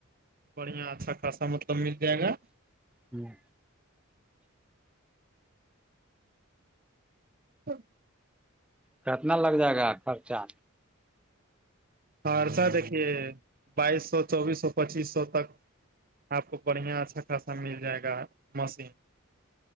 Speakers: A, on the right; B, in the centre.
A: بڑھیا اچھا خاصا مطلب مل جائے گا
B: ہوں
A: توچ
B: کتنا لگ جائے گا خرچہ
A: سہرسہ دیکھیے بائیس سو چوبیس سو پچیس سو تک آپ کو بڑھیا اچھا خاصا مل جائے گا مشین